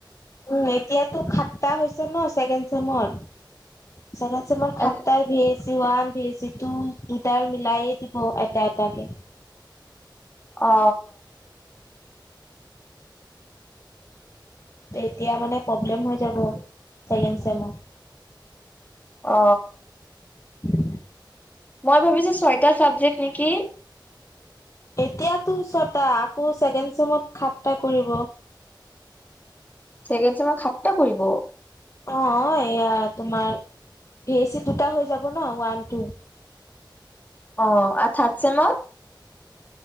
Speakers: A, on the left; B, on the left.
A: উম এতিয়াতো সাতটা হৈছে নহ ছেকেণ্ড চেমৰ। ছেকেণ্ড ছেমৰ সাতটা
B: এ
A: ভী। অৱান ভিইচি তু দুটাৰ মিলায়েই দিব এটা এটাকে।
B: অ।
A: এতিয়া মানে প্ৰব্লেম হৈ যাব ছেকেণ্ড চেমত।
B: অ।
A: উম।
B: মই ভাবিছোঁ ছয়টা চাবজেক্ট নেকি।
A: এতিয়াতো ছটা আকৌ ছেকেণ্ড চেমত সাতটা কৰিব।
B: ছেকেণ্ড ছেমত সাতটা কৰিব।
A: অ এয়া তোমাৰ ভিইচি দুটা হৈ যাব না ওৱান টু।
B: অ আৰু থাৰ্ড ছেমত।